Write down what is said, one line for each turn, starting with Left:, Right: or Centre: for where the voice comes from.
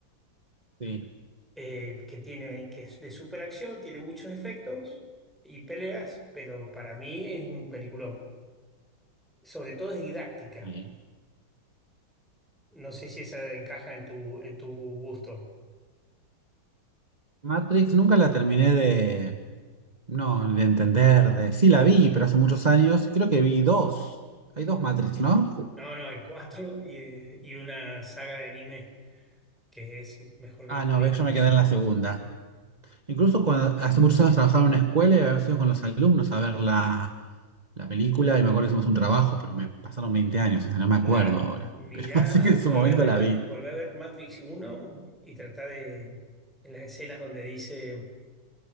Right: Sí,
Centre: eh, que tiene, que es de superacción, tiene muchos efectos y peleas, pero para mí es un peliculón. sobre todo es didáctica.
Right: sí.
Centre: No sé si esa encaja en tu, en tu gusto.
Right: Matrix nunca la terminé de, no, de entender, de, sí la vi, pero hace muchos años, creo que vi dos. Hay dos Matrix, ¿no?
Centre: No, no, hay cuatro <laughs> y, eh, y una saga de anime que es mejor que
Right: Ah,
Centre: las
Right: no,
Centre: películas.
Right: ves, yo me quedé en la segunda. Incluso cuando hace muchos años trabajaba en una escuela y habíamos ido con los alumnos a ver la, la película y me acuerdo que hicimos un trabajo, pero me pasaron 20 años, o sea, no me
Centre: Claro,
Right: acuerdo ahora.
Centre: mirá,
Right: Pero <laughs> así que en su
Centre: volvé
Right: momento
Centre: a ver,
Right: la
Centre: la-
Right: vi.
Centre: volvé a ver Matrix uno y tratá de, en las escenas donde dice...